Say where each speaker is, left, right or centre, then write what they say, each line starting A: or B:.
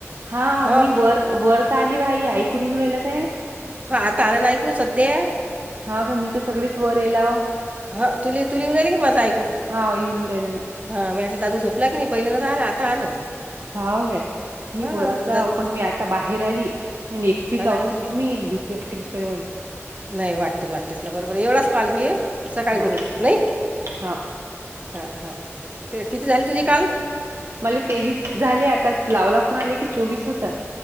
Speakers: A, on the right; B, on the right.
A: हा
B: हां
A: मी वर वर त आली भाई ऐकु नाही राहिलं काय,
B: हा आता आला ना ऐकू सध्या,
A: हो का मी तर सगळीच वर येलाव
B: ह तुले तुले येऊ राहिले का माझं ऐकू?
A: हो येऊन राहीलं ना.
B: हा मी म्हटला दादू झोपला की नाही?.. पहिले नव्हतं आला, आता आलो.
A: हाउ काय, मी
B: हां
A: वरच हाऊ,
B: दादू
A: पण मी आता बाहेर आली. आणि एकटी
B: हा ना
A: जाऊकी
B: हा ना
A: ममी भिती वाटते बिचार म्हली
B: नाही वाटतेच, वाटतेच ना बरोबर हाय एवढाच कॉल घे. सकाळी
A: हा
B: करू नाही
A: हा
B: हा हा ते किती झाले तुझी काल
A: मले तेवीस झाले आता लाव ला कोून आले की चोवीस होतात